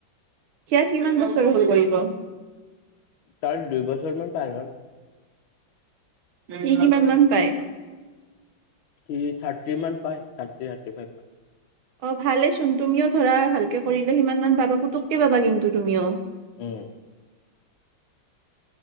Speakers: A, on the right; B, on the left.
A: সেয়া কিমান বছৰ হ'ল পৰিব?
B: তাৰ দুই বছৰ মান পাৰ হ'ল।
A: সি কিমান মান পায়?
B: সি থাৰ্টি মান পায় থাৰ্টি-থাৰ্টিফাইভ মান।
A: অ', ভালেচোন তুমিও ধৰা ভালকে কৰিলে সিমান মান পাবা, পুতুককে পাবা কিন্তু তুমিও।
B: উম।